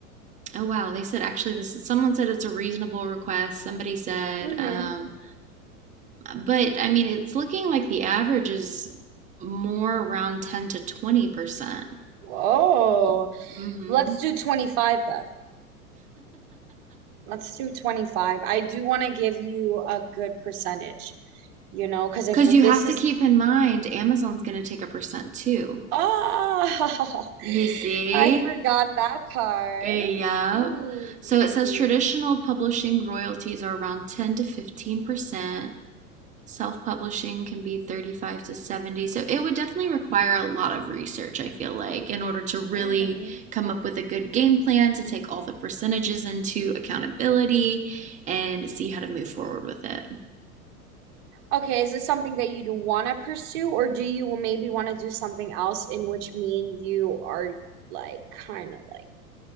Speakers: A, on the right (about 15°); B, on the right (about 40°).
A: Oh wow, they said actually this is, someone said it's a reasonable request. Somebody said
B: Mhm.
A: um but I mean it's looking like the average is more around 10 to 20%.
B: Oh,
A: Mhm.
B: let's do 25 then. Let's do 25. I do want to give you a good percentage, you know, because if
A: Cuz <laughs> you
B: this
A: have to
B: is
A: keep in mind Amazon's going to take a percent too.
B: Oh, <laughs>
A: You see?
B: I forgot that part.
A: Yep.
B: Ooh,
A: So
B: ooh.
A: it says traditional publishing royalties are around 10 to 15%. self-publishing can be 35 to 70 so it would definitely require a lot of research i feel like in order to really
B: hmm
A: come up with a good game plan to take all the percentages into accountability and see how to move forward with it
B: Okay, is this something that you'd want to pursue, or do you maybe want to do something else in which me and you are like kind of like